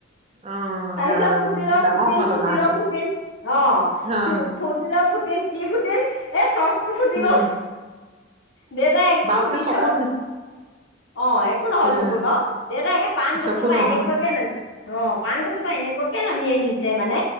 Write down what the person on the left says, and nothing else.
তাৰপিছত
ফুটিলও-ফুটিল,
ফুটিলও-ফুটিল অ
ফুটিলও ফুটিল, কি ফুটিল? এ চচ ফুটি
গল। দেউতাই একদম
বিচ
অ একো নহল
চকুৰ বাৰও, দেউতাক একে পাণ গছৰপা
এনেকুৱাকে
ন অ পাণ গছৰপা এনেকুৱ নামি আহিছে মানে